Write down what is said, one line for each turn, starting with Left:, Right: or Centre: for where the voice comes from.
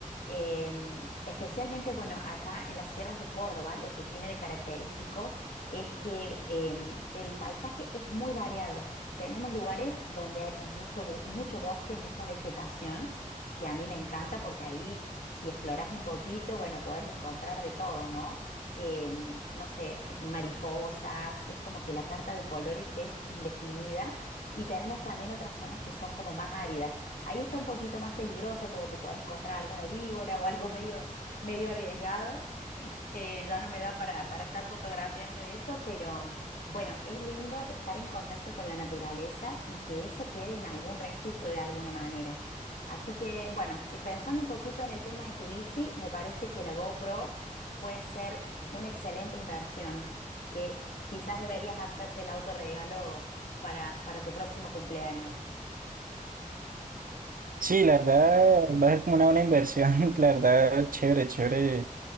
Left: Em, especialmente, bueno, acá en las sierras de Córdoba, lo que tiene de característico es que em, el paisaje es muy variado. Tenemos lugares donde hay mucho, bo- mucho bosque, mucha vegetación, que a mí me encanta porque ahí si exploras un poquito, bueno, podés encontrar de todo, ¿no? Em, no sé, mariposas, es como que la carta de colores es indefinida. Y tenemos también otras zonas que son como más áridas. Ahí está un poquito más peligroso porque te puedes encontrar alguna víbora o algo <laughs> medio, medio arriesgado. Eh, ya no me da para, para estar fotografiando eso, pero bueno, es lindo estar en contacto con la naturaleza y que eso quede en algún registro de alguna manera. Así que bueno, y pensando un poquito en el tema de tu bici, me parece que la GoPro puede ser una excelente inversión, que quizás deberías hacerte el autorregalo para, para tu próximo cumpleaños.
Right: Sí, la verdad va a ser como una buena inversión, <laughs> la verdad, chévere, chévere